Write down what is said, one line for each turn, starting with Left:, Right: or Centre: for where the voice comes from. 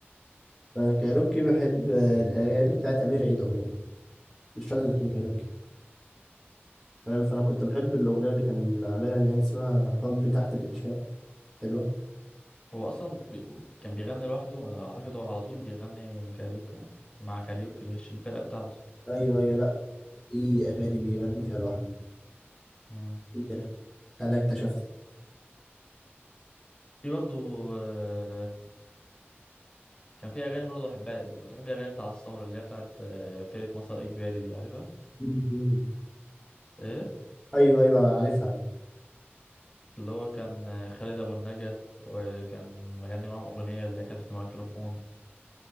Centre: أنا كايروكي بحب الأغاني بتاعت أمير عيد عموما مش شرط تكون كايروكي فاهم فأنا كنت بحب الأغنية اللي كان عاملها اللي هي اسمها حب تحت الإنشاء حلوة
Left: هو أصلا بي... كان بيغني لوحده وأنا أعتقد هو على طول بيغني الكاريوكي يعني مع كاريوكي اللي هي الفرقة بتاعته
Centre: أيوه أيوه لأ دي أغاني بيغني فيها لوحده
Left: مم.
Centre: كتير أنا اكتشفت
Left: في برضو آه، كان في أغاني برضو أحبها لي كنت بحب الأغاني بتاع الثورة اللي هي بتاعت آه، فرقة مسار إجباري دي عارفها
Centre: مم.
Left: إيه
Centre: أيوه أيوه عارفها
Left: اللي هو كان آه، خالد أبو النجا وكان مغني معاهم أغنية اللي هي كانت في ميكروفون